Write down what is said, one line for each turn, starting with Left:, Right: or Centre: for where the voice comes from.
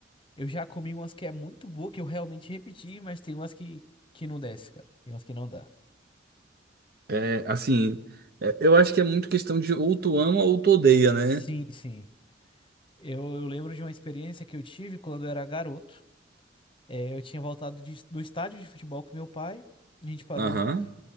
Left: Eu já comi umas que é muito boa, que eu realmente repeti, mas tem umas que, que não desce, cara. Tem umas que não dá.
Right: É, assim, é, eu acho que é muito questão de ou tu ama ou tu odeia, né?
Left: Sim, sim. Eu, eu lembro de uma experiência que eu tive quando eu era garoto. É, eu tinha voltado de- do estádio de futebol com meu pai. A gente parou,
Right: Aham.